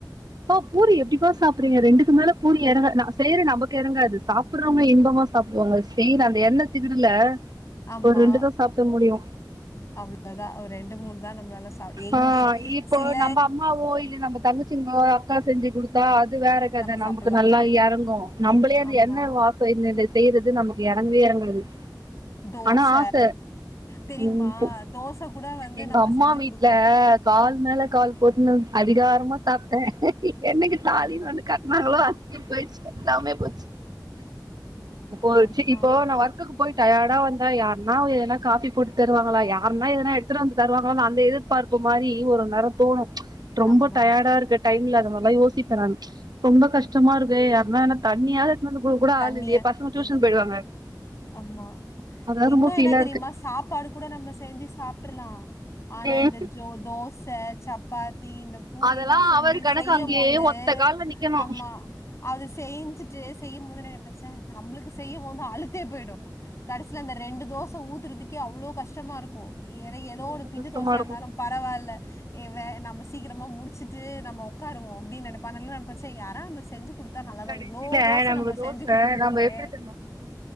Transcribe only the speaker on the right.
அப்ப
பூரி எப்டிப்பா சாப்பிறீங்க ரெண்டுக்கு மேல பூரி இறங்காது ந செய்ற நமக்கு இறங்காது சாப் புறவங்க இன்பமா சாப்பிடுவாங்க செய்ற அந்த எண்ணெ சிகுடுல
ஒரு ரெண்டு தா சாப்ட முடியு
ஆ இப்போ
நம்ம அம்மாவோ இல்ல நம்ம தங்கச்சிங்கோ அக்கா செஞ்சி குடுத் தா அது வேற கத
நமக்கு நல்லா எறங்கு நம்மளே அது
என்ன வா இப்ப இன்ன இன்ன செய்றது நமக்கு எறங்கவே எறங்காது
ஆனா ஆச
ம் பு
எங்க
அம்மா
வீட்ல
கால் மேல கால் போட்டுன்னு அதிகாரமா சாப்ட்டே என்னைக்கு தாலினு
ஒன்னு கட்டனாங்களோ அன்னிக்கே போயிடுச்சி எல்லாமே போச்சி போயிச்சு
இப்போ நா ஒர்க்குக்கு போயி டையாடா வந்தா யாருன்னா எதனா காஃபி போட்டு தருவாங்களா யாருன்னா எதனா எடுத்துட்டு வந்து தருவாங்களா அந்த இது பார்ப்பு மாரி ஒரு நேரோ தோணு ரொம்ப
டயர்டா இருக்கு டைம்ல அந்த மாரில்லா யோசிப்ப நானு ரொம்ப கஷ்டமா இருக்கு யாருனா எதனா தண்ணியாது எடுத்துனு வந்து குடுக்க கூட
ஆள் இல்லையே பசங்க டியூஷன்
போயிடுவாங்க
அதா
ரொம்ப ஃபீலா
இருக்கு
ம்
அதெல்லா
அவரு கணக்கு
அங்கேயே ஒத்த கால்ல நிக்கணு
ரொம்ப
ரொம்ப
கஷ்டமா
இருக்கு
கடைசில
நமக்கு
தோச
நம்ம எப்டி தெரியுமா சுட்டு